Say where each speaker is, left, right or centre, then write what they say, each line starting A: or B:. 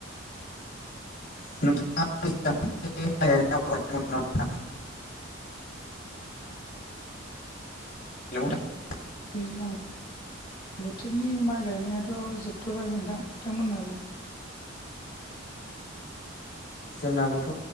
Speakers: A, on the left; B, on the left.
A: नोंथाङा <unintelligible> <unintelligible>
B: दैज्लां बोथोरनि माइ गायनायाथ' जोबथ'बाय नोंथां। नोंथांमोननालाय?
A: जोंनाबोथ'